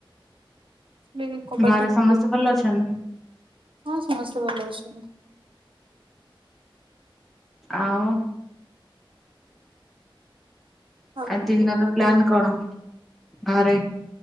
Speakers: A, on the right; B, in the centre.
A: ଖୋଲି କବାଟ
B: ଘରେ
A: ଟା ଖୋଲି
B: ସମସ୍ତେ ଭଲ ଅଛନ୍ତି?
A: ହଁ ସମସ୍ତେ ଭଲ ଅଛନ୍ତି।
B: ଆଉ?
A: ଆଉ
B: ଆ
A: କଣ
B: ଦିନର
A: କୁହ?
B: ପ୍ଲାନ୍ କଣ? ଘରେ?